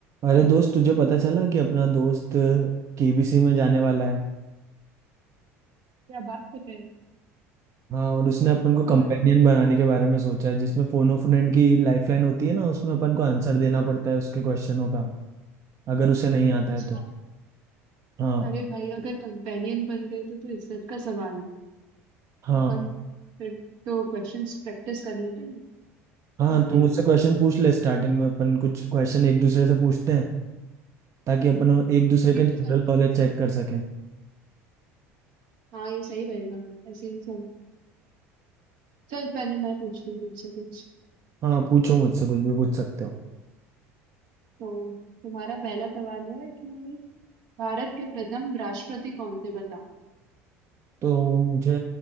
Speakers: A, on the right; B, on the right.
A: अरे दोस्त तुझे पता चला कि अपना दोस्त केबीसी में जाने वाला है
B: क्या बात कर रहे हैं
A: हाँ और उसने अपन को कंपेनियन
B: अगर
A: बनाने के बारे में सोचा है जिसमें फोन ऑफ फ्रेंड की लाइफलाइन होती है ना उसमें अपन को आंसर देना पड़ता है उसके क्वेश्चनों का अगर उसे नहीं आता
B: अच्छा
A: है तो हाँ
B: अरे भाई अगर कंपेनियन बन गए तो तो इज्जत का सवाल है
A: हाँ
B: अपन फिर तो क्वेश्चंस प्रैक्टिस कर लेते हैं
A: हाँ
B: इसके
A: तू मुझसे
B: लिए
A: क्वेश्चन पूछ ले स्टार्टिंग में अपन कुछ क्वेश्चन एक दूसरे से पूछते हैं ताकि अपन एक दूसरे
B: ठीक
A: के जनरल
B: है सर
A: नॉलेज चेक कर सकें
B: हाँ ये सही रहेगा ऐसे ही सर चल पहले मैं पूछती हूँ तुझसे कुछ
A: हाँ पूछो मुझसे कुछ भी पूछ सकते हो
B: तो तुम्हारा पहला सवाल है कि भारत के प्रथम राष्ट्रपति कौन थे बताओ
A: तो मुझे